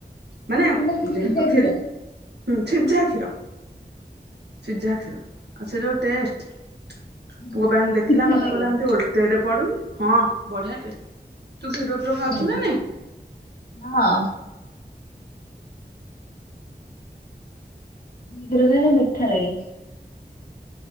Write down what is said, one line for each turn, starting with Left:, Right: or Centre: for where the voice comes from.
Right: ମାନେ
Left: ଏଇଟା ହଉଛି ସିଝା
Right: ଯେହେତୁ କ୍ଷୀର୍
Left: କ୍ଷୀର
Right: ହୁଁ ସିଝା କ୍ଷୀର ସିଝା କ୍ଷୀର ଆଉ ସେ ଯୋଉ ଟେଷ୍ଟ
Left: କ୍ଷୀର
Right: ପୁଅ ପା ଏମତି ଦେଖିଲା
Left: ମିଠା
Right: ମାମା
Left: ଲାଗେ।
Right: କହିଲା ଏମତି ଓଲ୍ ଇଲେ ପଡୁନି ହଁ ବଢିଆ ଟେଷ୍ଟ ତୁ କ୍ଷୀର ଫିର ଖାଉଚୁ
Left: ଲାଗେ
Right: ନା ନାଇଁ?
Left: ହଁ। କ୍ଷୀର ଖାଇଲେ ମିଠା ଲାଗେ।